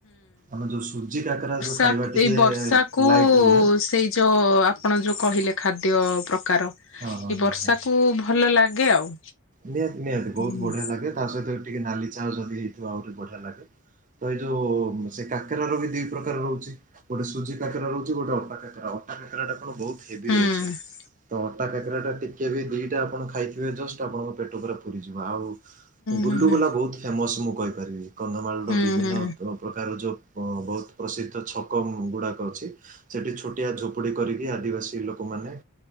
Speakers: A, on the right; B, on the left.
A: ଆମେ ଯୋଉ ସ ଯି କାକରା ଯୋଉ
B: ତା
A: ଖାଇବା ଟିକେ
B: ଏଇ ବର୍ଷାକୁ
A: ଲାଇଟ୍ ରୁହେ
B: ସେଇ ଯୋଉ ଆପଣ ଯୋଉ କହିଲେ ଖାଦ୍ୟ ପ୍ରକାର
A: ହଁ
B: ଏଇ
A: ହଁ
B: ବର୍ଷାକୁ
A: ହଁ ହଁ।
B: ଭଲ ଲାଗେ ଆଉ।
A: ନିହାତି ନିହାତି ବହୁତ
B: ହୁଁ
A: ବଢିଆ ଲାଗେ ତା ସହିତ ଟିକେ ନାଲି ଚାହା ଯଦି ହେଇଥିବ ଆହୁରି ବଢିଆ ଲାଗେ। ତ ଏଇ ଯୋଉ ସେ କାକେର ର ବି ଦି ପ୍ରକାର ରହୁଛି। ଗୋଟେ ସୁଜି କାକେରା ରହୁଛି ଗୋଟେ ଅଟା କାକେରା ରହୁଛି। ଅଟା କାକେରା ଟା କଣ ବହୁତ ହେଭି
B: ହୁଁ
A: ରହୁଛି ତ ଅଟା କାକେରା ଟା ଟିକେ ବି ଦିଟା ଆପଣ ଖାଇଥିବେ ଜଷ୍ଟ ଆପଣଙ୍କ ପେଟ ପୁରା ପୁରିଯିବ ଆଉ ଗୁଲୁଗୁଲା
B: ହୁଁ ହୁଁ
A: ବହୁତ ଫେମସ ମୁଁ କହିପାରିବି। କନ୍ଧମାଳର
B: ହୁଁ ହୁଁ
A: ବିଭିନ୍ନ
B: ହୁଁ
A: ପ୍ରକାର ଯେଉଁ ବହୁତ ପ୍ରସିଦ୍ଧ ଛକ ଗୁଡ଼ାକ ଅଛି। ସେଠି ଛୋଟିଆ ଝୋପୁଡି କରିକି ଆଦିବାସୀ ଲୋକମାନେ